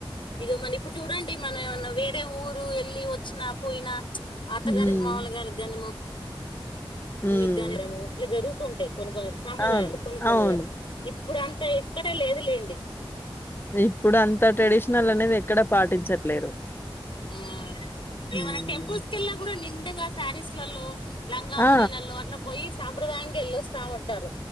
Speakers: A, on the left (about 60°); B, on the left (about 25°).
A: ఇగ మన ఇప్పుడు చూడండి మన వేరే ఊరు వెళ్ళి వచ్చిన పోయినా అత్తగారికి
B: హ్మ్.
A: మామోల్ల గార్లకు గాని మ్మ్
B: హ్మ్.
A: మమ్మి కి గాని రా అట్ల జరుగుతూ ఉంటయ్ కొన్ని కొన్ని సాంప్రదాయాలు
B: అవును.
A: కొన్ని కొన్నిగాదు
B: అవును.
A: ఇప్పుడంత ఎక్కడ లేదు లేండి
B: ఇప్పుడంత ట్రెడిషనల్ అనేది ఎక్కడ పాటించట్లేరు
A: ఆ
B: హ్మ్.
A: ఏమైనా టెంపుల్స్ కెళ్ళిన గూడా నిండుగ సారీస్లల్లో లంగా
B: ఆ!
A: ఓనీలల్లో అట్ల పోయి సాంప్రదాయంగా ఎళ్ళొస్తా ఉంటరు